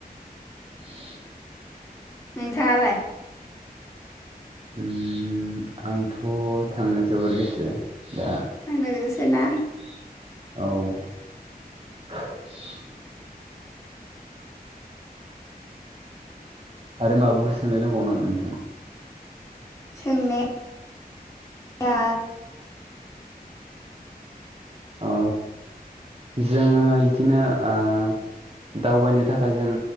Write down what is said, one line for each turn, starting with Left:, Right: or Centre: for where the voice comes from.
Right: <inaudible>
Left: नोंथाङालाय
Right: उम आंथ' थांनो जोबोर गोसो दा
Left: थांनो गोसोना
Right: औ आरो माबाफोर सोंनो दंबावो नामा नोंथांनाव
Left: सोंनाय या
Right: ओ जोङो इदिनो ओ दावबायनो थाखाय जों